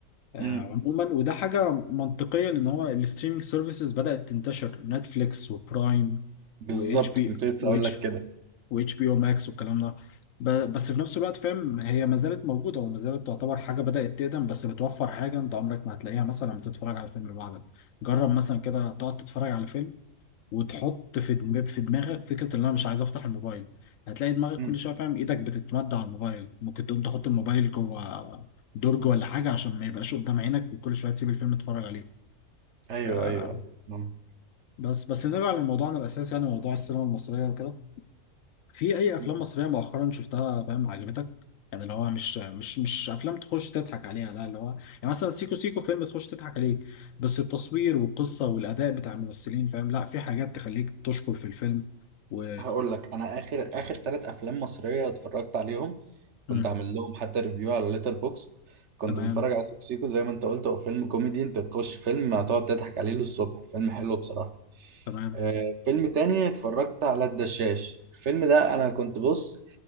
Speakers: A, on the left; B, on the right.
A: آه
B: امم
A: عموما وده حاجة منطقية لان هو الستريمينج سيرفيسز بدأت تنتشر نتفليكس وبرايم
B: بالظبط
A: واتش بي
B: كنت لسه
A: واتش
B: اقول لك كده
A: واتش بي او ماكس والكلام ده ب- بس في نفس الوقت فاهم هي ما زالت موجودة وما زالت تعتبر حاجة بدأت تقدم بس بتوفر حاجة انت عمرك ما هتلاقيها مثلا بتتفرج على فيلم لوحدك جرب مثلا كده تقعد تتفرج على فيلم وتحط في دم- في دماغك فكره ان انا مش عايز افتح الموبايل هتلاقي دماغك
B: مم.
A: كل شويه فاهم ايدك بتتمد على الموبايل ممكن تقوم تحط الموبايل جوه درج ولا حاجه عشان ما يبقاش قدام عينك وكل شويه تسيب الفيلم تتفرج عليه
B: ايوه
A: آه
B: ايوه أيوة. مم.
A: بس بس نرجع لموضوعنا الاساسي يعني موضوع السينما المصريه وكده في اي افلام
B: مم.
A: مصريه مؤخرا شفتها فاهم عجبتك يعني اللي هو مش مش مش افلام تخش تضحك عليها لا اللي هو يعني مثلا سيكو سيكو فيلم تخش تضحك عليه بس التصوير والقصه والاداء بتاع الممثلين فاهم لا في حاجات تخليك تشكر في الفيلم و...
B: هقول لك انا اخر اخر ثلاث افلام مصريه اتفرجت عليهم كنت
A: مم.
B: عامل لهم حتى ريفيو على ليتر بوكس كنت
A: تمام
B: متفرج على سيكو سيكو زي ما انت قلت هو فيلم كوميدي انت تخش فيلم هتقعد تضحك عليه للصبح فيلم حلو بصراحه
A: تمام
B: آه فيلم تاني اتفرجت على الدشاش الفيلم ده انا كنت بص